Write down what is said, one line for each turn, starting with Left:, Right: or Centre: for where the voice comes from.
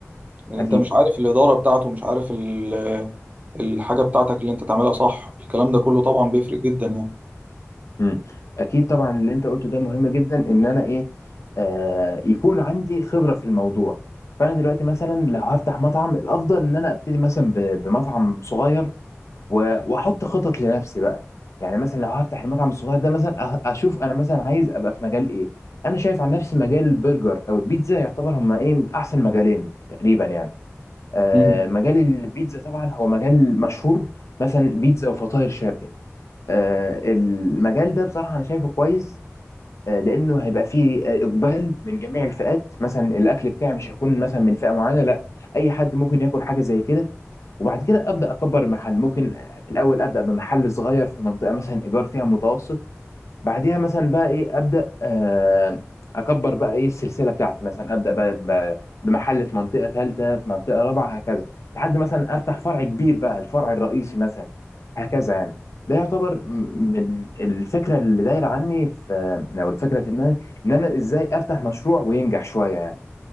Right: لان
Left: اكيد
Right: انت مش عارف الاداره بتاعته مش عارف ال- الحاجه بتاعتك اللي انت تعملها صح الكلام ده كله طبعا بيفرق جدا يعني
Left: مم. اكيد طبعا اللي انت قلته ده مهم جدا ان انا ايه آه يكون عندي خبره في الموضوع فانا دلوقتي مثلا لو هفتح مطعم الافضل ان انا ابتدي مثلا ب- بمطعم صغير و- واحط خطط لنفسي بقى يعني مثلا لو هفتح المطعم الصغير ده مثلا أه- اشوف انا مثلا عايز ابقى في مجال ايه انا شايف عن نفسي مجال البرجر او البيتزا يعتبر هما ايه من احسن مجالين تقريبا يعني آه
Right: مم.
Left: مجال البيتزا طبعا هو مجال مشهور مثلا بيتزا وفطاير شرقي آه، المجال ده بصراحة أنا شايفه كويس آه، لأنه هيبقى فيه آه، إقبال من جميع الفئات مثلا الأكل بتاعي مش هيكون مثلا من فئة معينة لا أي حد ممكن ياكل حاجة زي كده وبعد كده أبدأ أكبر المحل ممكن آه، في الأول أبدأ بمحل صغير في منطقة مثلا إيجار فيها متوسط بعديها مثلا بقى إيه أبدأ آه، أكبر بقى إيه السلسلة بتاعتي مثلا أبدأ بقى ب- بمحل في منطقة ثالثة في منطقة رابعة هكذا لحد مثلا أفتح فرع كبير بقى الفرع الرئيسي مثلا هكذا يعني ده يعتبر م- من الفكره اللي دايره عني في او الفكره في دماغي ان انا ازاي افتح مشروع وينجح شويه يعني